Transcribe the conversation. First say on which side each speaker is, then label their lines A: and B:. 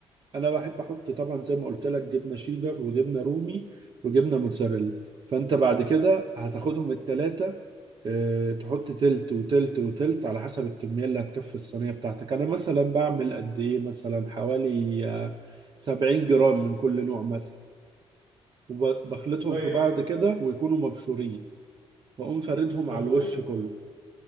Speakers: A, on the right (about 40°); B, on the right (about 65°).
A: انا بحب احط طبعا زي ما قلت لك جبنه شيدر وجبنه رومي وجبنه موتزاريلا فانت بعد كده هتاخدهم التلاتة اه تحط تلت وتلت وتلت على حسب الكميه اللي هتكفي الصينيه بتاعتك انا مثلا بعمل قد ايه مثلا حوالي آه، 70 جرام من كل نوع مثلا وبخلطهم
B: طيب
A: في بعض كده ويكونوا مبشورين واقوم فاردهم
B: طب
A: على الوش
B: هو
A: كله